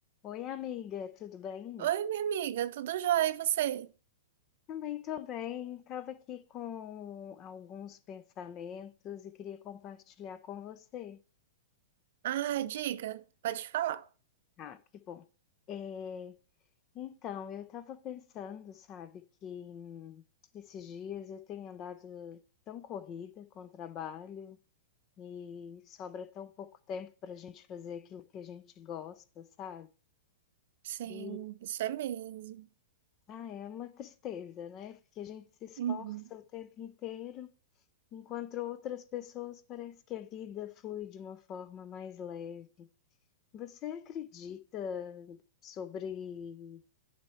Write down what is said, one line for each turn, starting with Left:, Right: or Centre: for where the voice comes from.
Left: Oi, amiga, tudo bem?
Right: Oi, minha amiga, tudo jóia, e você?
Left: Também tô bem. Estava aqui com alguns pensamentos e queria compartilhar com você.
Right: Ah, diga, pode falar.
Left: Ah, que bom. É, então, eu estava pensando, sabe, que hum, esses dias eu tenho andado tão corrida com o trabalho e sobra tão pouco tempo para a gente fazer aquilo que a gente gosta, sabe?
Right: Sim,
Left: E
Right: isso é mesmo.
Left: ah, é uma tristeza, né? Porque a gente se esforça
Right: Uhum.
Left: o tempo inteiro Enquanto outras pessoas parece que a vida flui de uma forma mais leve. Você acredita sobre,